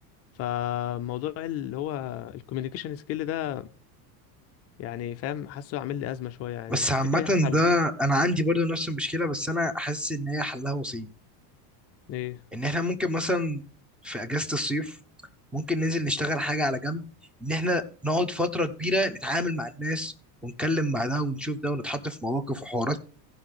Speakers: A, on the left; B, in the centre.
A: فموضوع اللي هو الكوميونيكيشن سكيل ده يعني فاهم حاسه عامل لي ازمه شويه يعني
B: بس
A: تفتكر
B: عامه
A: ايه حله
B: ده انا عندي برضو نفس المشكله بس انا حاسس ان هي حلها بسيط
A: ايه
B: ان احنا ممكن مثلا في اجازه الصيف ممكن ننزل نشتغل حاجه على جنب ان احنا نقعد فتره كبيره نتعامل مع الناس ونتكلم مع ده ونشوف ده ونتحط في مواقف وحوارات